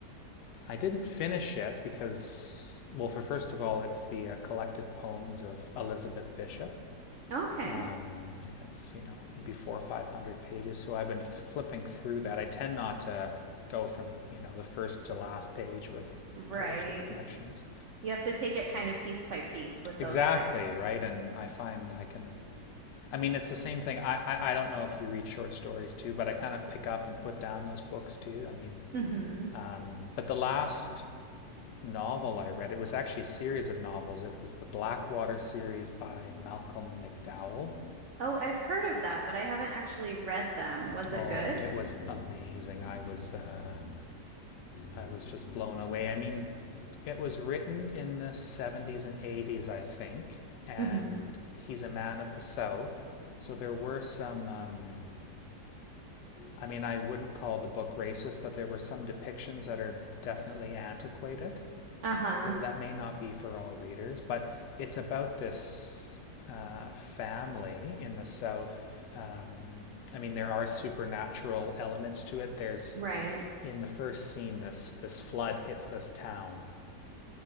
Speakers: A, on the left; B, on the right.
A: I didn't finish it because well, for first of all, it's the uh, collected poems of Elizabeth Bishop.
B: Okay.
A: um, and it's you know maybe four or five hundred pages. So I've been flipping through that. I tend not to go from you know the first to last page with
B: Right.
A: poetry collections.
B: You have to take it kind of piece by piece with
A: Exactly
B: those types.
A: right, and I find I can. I mean, it's the same thing. I, I, I don't know if you read short stories too, but I kind of pick up and put down those books too. I mean,
B: Mm-hmm.
A: um, but the last novel I read, it was actually a series of novels. It was the Blackwater series by Malcolm McDowell.
B: Oh, I've heard of that, but I haven't actually read them. Was
A: Oh,
B: it good?
A: it was amazing. I was uh, I was just blown away. I mean, it was written in the 70s and 80s, I think, and
B: Mm-hmm.
A: he's a man of the South. So there were some, um, I mean, I wouldn't call the book racist, but there were some depictions that are definitely antiquated
B: Uh-huh.
A: so that may not be for all readers, but it's about this uh, family in the South. Um, I mean, there are supernatural elements to it. There's
B: Right.
A: in the first scene, this this flood hits this town,